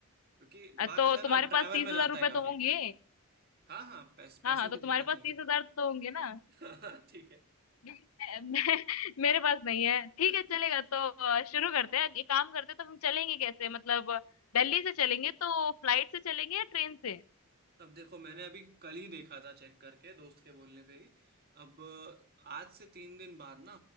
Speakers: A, on the right (about 45°); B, on the left (about 70°).
A: क्योंकि
B: अ, तो
A: बात ऐसा है
B: तुम्हारे
A: ना
B: पास
A: ट्रैवल
B: तीस
A: में
B: हजार
A: जाता
B: रुपए
A: है काफी
B: तो होंगे
A: हाँ हाँ पैस, पैसों
B: हाँ हाँ
A: की
B: तो तुम्हारे
A: दिक्कत
B: पास
A: नहीं
B: तीस हजार तो होंगे ना
A: <laughs> हाँ, ठीक है
B: <laughs> मैं, मैं, मेरे पास नहीं है ठीक
A: <laughs>
B: है चलेगा तो अ, शुरू करते हैं ये काम करते हैं तो हम चलेंगे कैसे मतलब दिल्ली से चलेंगे तो फ्लाइट से चलेंगे या ट्रेन से
A: अब देखो मैंने अभी कल ही देखा था चेक करके दोस्त के बोलने पे ही अब अ, आज से तीन दिन बाद ना